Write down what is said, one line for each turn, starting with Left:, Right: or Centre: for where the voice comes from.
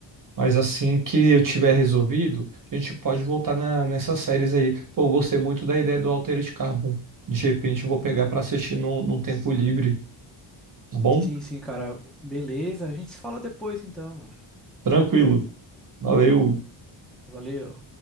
Right: Mas assim que eu tiver resolvido, a gente pode voltar na, nessas séries aí. Pô, eu gostei muito da ideia do Altered Carbon. De repente eu vou pegar pra assistir num, num tempo livre, tá bom?
Centre: Sim, sim, cara. Beleza. A gente se fala depois então, mano.
Right: Tranquilo. Valeu.
Centre: Valeu.